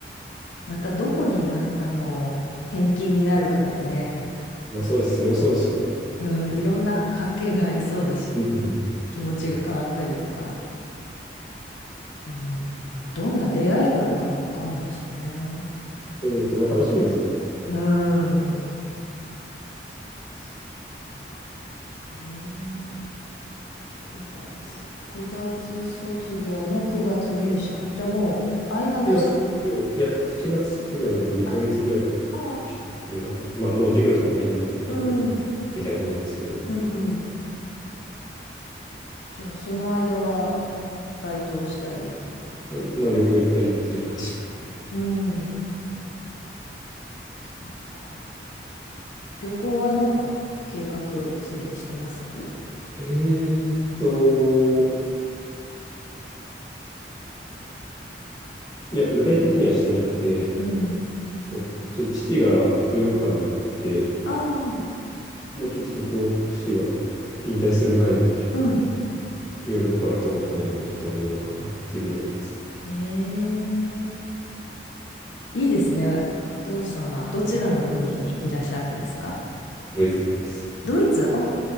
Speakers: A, on the left; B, on the left.
A: またどこにな、あの、転勤になるかでね、
B: まあ、そうです。それもそうですしね。
A: うん、いろんな発見がありそうだし、
B: うん
A: 気持ちが変わったりとか、うん。まあどんな出会いがあるかもわかんないしね。
B: そうですね。まあ、楽しみですけどね。
A: うん。そっか。えー、月、9月卒業の9月入社。じゃあもう間なし。
B: 7月卒業、いや、7月卒業なんで2ヶ月ぐらい、
A: あ、あ、
B: ちょっと休みが、まあ、もう授業とかないんで、あの、
A: うん、
B: みたいなもんなんですけど、
A: うんうん。じゃあ、その間は、バイトをしたり、
B: まあ、まあ旅行行ったりっていう感じで。
A: 旅行行ったり。うん、そうか。旅行はなんか、計画すでにしてます
B: えーっと、いや、具体的にはしてなくて、
A: うん。
B: まあちょっと父がヨーロッパにいて、
A: ああ、
B: まあ、ちょっとそこ、父が引退する前に、ちょっと
A: うん。
B: ヨーロッパ行ったことないので、ちょっと訪ねようかなっていうぐらいですか。
A: へえ、いいですね。お父様、どちらの国にいらっしゃるんですか
B: ドイツです。
A: ドイツ、あ、